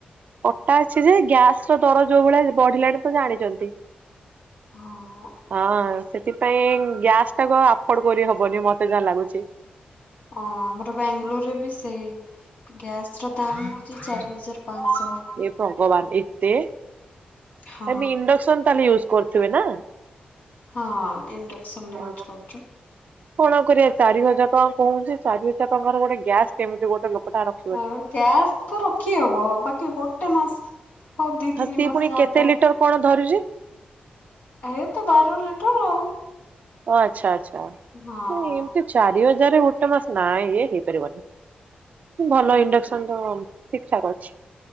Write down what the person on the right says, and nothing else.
ଅଟା ଅଛି ଯେ ଗ୍ୟାସ୍ ର ଦର ଯୋଉ ଭଳିଆ ବଢିଲାଣି ତ ଜାଣିଚନ୍ତି?
ହଁ ସେଠି ପାଇଁ ଗ୍ୟାସ୍ ଟା କୁ ଆଉ ଆଫୋର୍ଡ କରି ହବନି ମତେ ଯାହା ଲାଗୁଛି।
ଏ ଭଗବାନ ଏତେ
ତମେ ଇଣ୍ଡକ୍ସନ୍ ତାହେଲେ ୟୁଜ କରୁ ଥିବେ ନା?
ଓ
କଣ କରିବା ଚାରି ହଜାର ଟଙ୍କା କହୁଛି ଚାରି ହଜାର ଟଙ୍କାର ଗୋଟେ ଗ୍ୟାସ୍ କେମିତି ଗୋଟେ ଲୋକଟା ରଖ
ହଁ
ସିଏ
ପୁଣି
<unintelligible> କଣ ଧରିଚି?
ଓ ଆଚ୍ଛା ଆଚ୍ଛା।
ନାଇଁ ଏମିତି ଚାରି ହଜାର ଗୋଟେ ମାସ ନା ଇଏ ହେଇପାରିବନି, ଭଲ
ଇଣ୍ଡସ୍କନ ଠିକ ଠାକ୍ ଅଛି।